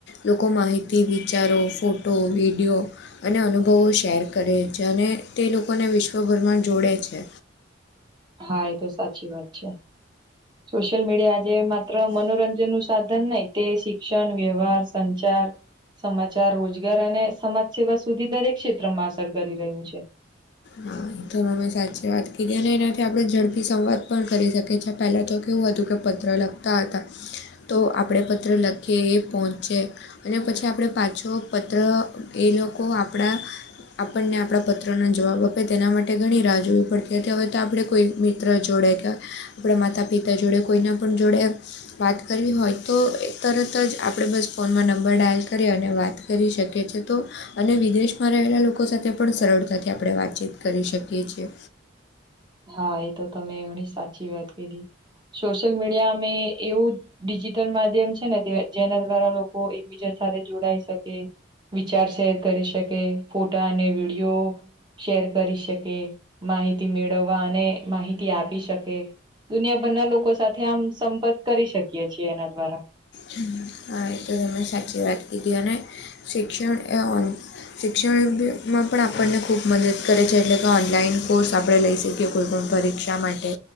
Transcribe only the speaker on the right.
હા એ તો સાચી વાત છે. સોશિયલ મીડિયા આજે માત્ર મનોરંજન નું સાધન નહી તે શિક્ષણ, વ્યવહાર, સંચાર સમાચાર, રોજગાર અને સમાજ સેવા સુધી દરેક ક્ષેત્રમાં અસર કરી રહ્યું છે.
હા એ તો તમે ઘણી સાચી વાત કીધી. સોશિયલ મીડિયા ને એવું ડિજિટલ માધ્યમ છે ને જેના દ્વારા લોકો એકબીજા સાથે જોડાઈ શકે, વિચાર શેર કરી શકે ફોટા અને વિડીયો શેર કરી શકે, માહિતી મેળ મેળવવા અને માહિતી આપી શકે દુનિયાભરના લોકો સાથે આમ સંપર્ક કરી શકીએ છીએ એના દ્વારા.